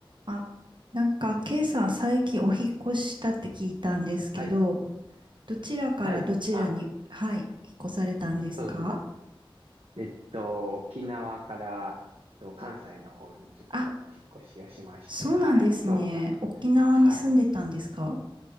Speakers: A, on the right; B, on the right.
A: あ、なんか、ケイさん最近お引っ越ししたって聞いたんですけど、
B: はい、
A: どちらからどちらに、
B: はい。あ、
A: はい、引っ越されたんですか
B: そうです。えっと、沖縄から、えっと、関西の方にちょっと引っ越しをしまして、
A: あ、そうなんですね。
B: はい、そうなん、
A: 沖縄に住んでたんですか
B: はい、